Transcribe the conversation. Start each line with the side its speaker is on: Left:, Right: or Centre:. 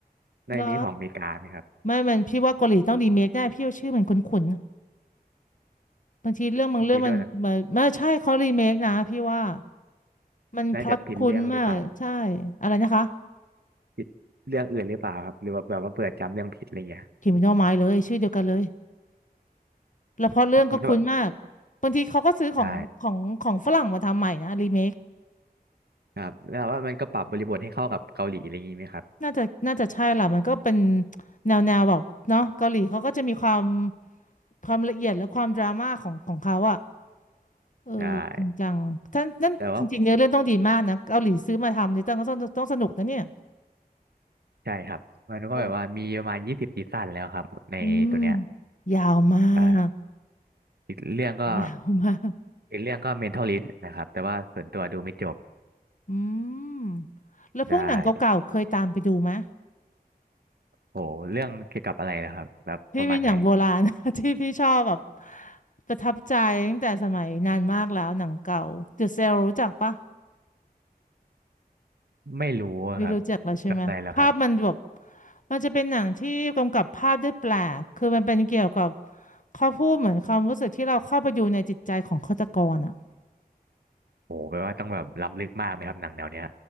Right: ในมีของอเมริกาไหมครับ
Left: เหรอไม่ มันพี่ว่าเกาหลีต้องรีเมคแน่พี่ว่าชื่อมันคุ้นๆบางทีเรื่องบางเรื่องมันมันไม่ใช่เขารีเมคนะพี่ว่า
Right: มีด้วยเหรอ
Left: มันพล็อตคุ้นมากใช่
Right: น่าจะผิดเรื่องหรือเปล่า
Left: อะไรนะคะ
Right: ผิดเรื่องอื่นหรือเปล่าครับหรือว่าแบบว่าเผื่อจำเรื่องผิดอะไรเงี้ย
Left: Criminal Minds เลยชื่อเดียวกันเลย แล้วเพราะเรื่องก็คุ้นมาก
Right: แล้วแบบ
Left: บางทีเขาก็ซื้อของของของฝรั่งมาทำใหม่นะรีเมค
Right: ใช่ครับแล้วว่ามันก็ปรับบริบทให้เข้ากับเกาหลีอะไรอย่างงี้ไหมครับ
Left: น่าจะน่าจะใช่ล่ะมันก็เป็นแนวแนวแบบเนาะเกาหลีเขาก็จะมีความความละเอียดและความดราม่าของของเขาอะ เออจริงจัง
Right: ใช่
Left: ท่านนั่นจริงๆเนื้อเรื่องต้องดีมากนะเกาหลีซื้อมาทำเนี่ยต้องต้องต้องสนุกนะเนี่ย
Right: แต่ว่า ใช่ครับมันก็แบบว่ามีประมาณยี่สิบซีซั่นแล้วครับในตัวเนี้ย
Left: ครับอืมยาวมาก
Right: อ่าอีกเรื่องก็
Left: ยาวมาก
Right: อีกเรื่องก็ Mentalist นะครับแต่ว่าส่วนตัวดูไม่จบ
Left: อืมแล้วพวกหนังเก่าๆเคยตามไปดูไหม
Right: ใช่โหเรื่องเกี่ยวกับอะไรนะครับแบบประมาณไหน
Left: พี่เป็นอย่างโบราณ <laughs> ที่พี่ชอบแบบประทับใจตั้งแต่สมัยนานมากแล้วหนังเก่าเดอะเซลรู้จักปะ
Right: ไม่รู้อะครับเกี่ยวกับอะไรแล้วครับ
Left: ไม่รู้จักแล้วใช่ไหมภาพมันแบบมันจะเป็นหนังที่กำกับภาพได้แปลกคือมันเป็นเกี่ยวกับเขาพูดเหมือนความรู้สึกที่เราเข้าไปอยู่ในจิตใจของฆาตกรอ่ะ
Right: โหแปลว่าต้องแบบล้ำลึกมากไหมครับหนังแนวเนี้ย